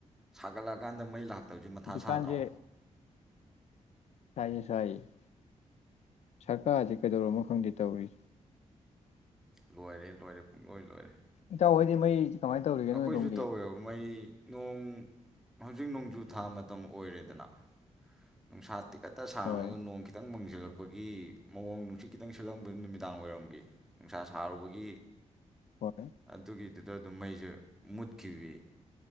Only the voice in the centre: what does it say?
ꯁꯥꯒꯠꯂꯛꯑꯀꯥꯟꯗ ꯃꯩ ꯂꯥꯛꯇꯕꯁꯦ ꯃꯊꯥ
ꯁꯥꯗ꯭ꯔꯣ
ꯂꯣꯏꯔꯦ ꯂꯣꯏꯔꯦ ꯄꯨꯡꯂꯣꯏ ꯂꯣꯏꯔꯦ
ꯑꯩꯈꯣꯏꯁꯨ
ꯇꯧꯋꯦꯕ ꯃꯩ ꯅꯣꯡ ꯍꯧꯖꯤꯛ ꯅꯣꯡꯖꯨ ꯊꯥ ꯃꯇꯝ ꯑꯣꯏꯔꯦꯗꯅ ꯅꯨꯡꯁꯥ ꯇꯤ ꯀꯠꯇ ꯁꯥꯔꯝꯃꯒ
ꯅꯣꯡ ꯈꯤꯇꯪ ꯃꯪꯖꯜꯂꯛ ꯄꯒꯤ ꯃꯑꯣꯡ ꯅꯨꯡꯁꯤꯠ ꯈꯤꯇꯪ ꯁꯜꯂꯝꯕꯩ ꯅꯨꯃꯤꯗꯥꯡ ꯋꯥꯏꯔꯝꯒꯤ ꯅꯨꯡꯁꯥ ꯁꯥꯔꯨꯕꯒꯤ
ꯑꯗꯨꯒꯤꯗꯨ ꯗ ꯑꯗꯨꯝ ꯃꯩꯁꯦ ꯃꯨꯠꯈꯤꯕꯤ